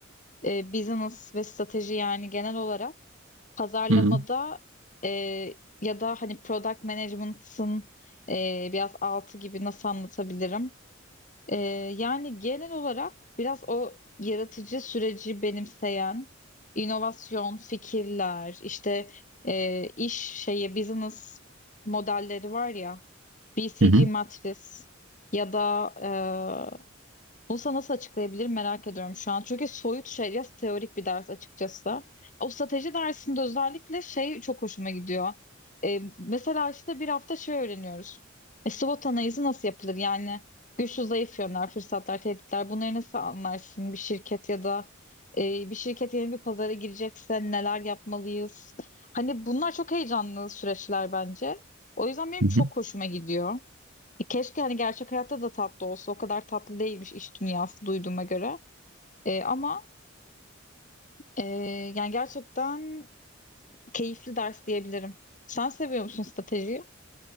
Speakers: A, on the left (about 40°); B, on the right (about 80°).
A: e, business ve strateji yani genel olarak pazarlamada
B: Hı hı.
A: e, ya da hani product management'ın e, biraz altı gibi nasıl anlatabilirim? E, yani genel olarak biraz o yaratıcı süreci benimseyen inovasyon fikirler işte e, iş şeye business modelleri var ya BCG
B: Hı
A: matris ya da e, Bunu sana nasıl açıklayabilirim merak ediyorum şu an. Çünkü soyut şey ya teorik bir ders açıkçası. O strateji dersinde özellikle şey çok hoşuma gidiyor. Ee, mesela işte bir hafta şey öğreniyoruz. E, SWOT analizi nasıl yapılır? Yani güçlü zayıf yönler, fırsatlar, tehditler bunları nasıl anlarsın? Bir şirket ya da e, bir şirket yeni bir pazara girecekse neler yapmalıyız? Hani bunlar çok heyecanlı süreçler bence. O yüzden benim
B: hı.
A: çok hoşuma gidiyor. E, Keşke hani gerçek hayatta da tatlı olsa. O kadar tatlı değilmiş iş dünyası duyduğuma göre. E, ama e, yani gerçekten keyifli ders diyebilirim. Sen seviyor musun stratejiyi?